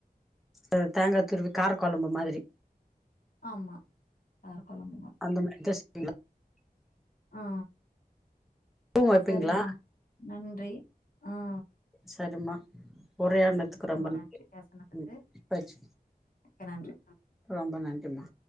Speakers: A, in the centre; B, on the left.
A: அ தேங்கா துருவி காரக்கொழம்பு மாதிரி
B: ஆமா கார கொழம்பு மா
A: அந்த <inaudible> அஜஸ்ட் <unintelligible> க்லா
B: ஆ
A: பூ வைப்பீங்களா
B: செரிங்மா நன்றி ஆ
A: சரிம்மா உரையானத்துக்கு ரொம்ப
B: நன்றி பேசுனதுக்கு
A: <inaudible> ம் பச்
B: மிக்க நன்றி
A: ரொம்ப நன்றிமா